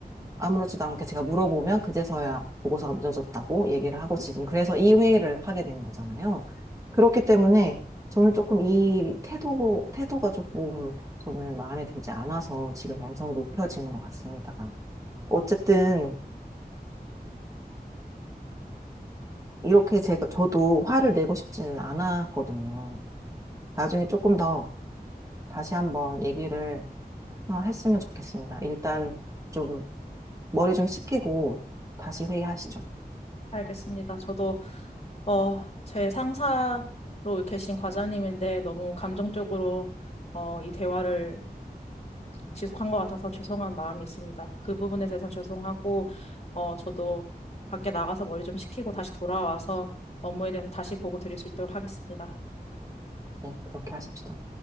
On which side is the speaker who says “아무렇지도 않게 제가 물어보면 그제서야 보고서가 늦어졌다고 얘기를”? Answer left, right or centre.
Right